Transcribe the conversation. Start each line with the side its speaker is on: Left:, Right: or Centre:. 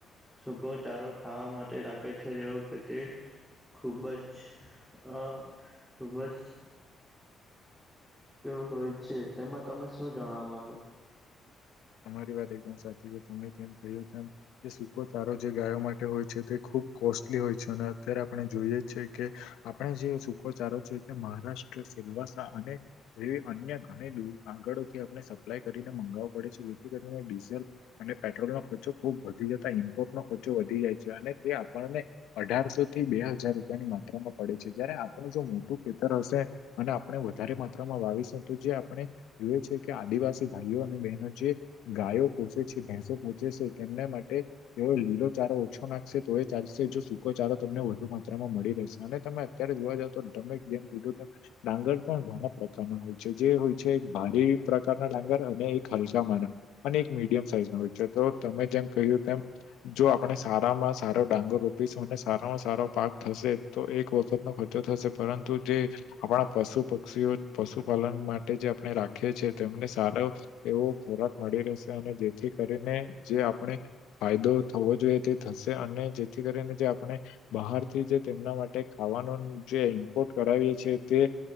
Centre: સૂકો ચારો ખાવા માટે રાખે છે જેવો કે તે ખૂબ જ અ ખૂબ જ કેવું હોય છે તેમાં તમે શું જણાવા માંગો
Left: અમારી વાત એકદમ સાચી છે. તમે જેમ કહ્યું તેમ સૂકો સારો જે ગાયો માટે હોય છે તે ખૂબ કોસ્ટ તે હોય છે અને અત્યારે આપણે જોઈએ છેએ કે આપણે જે સુકોચારો છે તે મહારાષ્ટ્ર તો સીલવા સા અનેક એ અન્ય ઘણી આગળથી આપણે સપ્લાય કરીને મગાવવા પડે છે જેથી કરી ડીઝલ અને પેટ્રોલનો ખર્ચો ખુબ વધી જતા ઈમ્પોર્ટ નો ખર્ચો વધી જાય છે અને તે આપણને અઢારસો થી બે હજાર રૂપિયાની માત્રામાં પડે છે જયારે આપણું જો મોટું ખેતર હશે અને આપણે વધારે માત્રામાં વાવીશું તો જે આપણે એ છે કે આદિવાસી ભાઈઓ અને બહેનો જે ગાયો કોસેે છે ભેંસો પોહોંચે છે તેમના માટે તે લીલો ચારો ઓછો નાખશે તો એ ચાલશે જો સૂકો ચારો તમને વધુ માત્રામાં મળી રહેશે અને તમે ત્યારે જોવા જાવ તો તમે જેમ કીધું તેમ ડાંગર પણ ઘણા પ્રકારના હોય છે જે હોય છે એક ભારે પ્રકારના ડાંગર અને એક હલસામાં ના અને એક મીડિયમ સાઈઝ નો હોય છે તો તમે જેમ કહ્યું તેમ જો આપણે સારામાં સારો ડાંગર રોપીશું અને સારામાં સારો પાક થશે તો એક વખત નો ખર્ચો થશે પરંતુ જે આપણા પશુ પક્ષીઓ પશુપાલન માટે જે આપણે રાખીએ છીએ તેમને સારો એવો ખોરાક મળી રહેશે અને જેથી કરીને જે આપણે ફાયદો થવો જોઈએ તે થશે અને જેથી કરીને જે આપણે બહારથી જે તેમના માટે ખાવાનું જે ઇમ્પોર્ટ કરાવીએ છીએ તે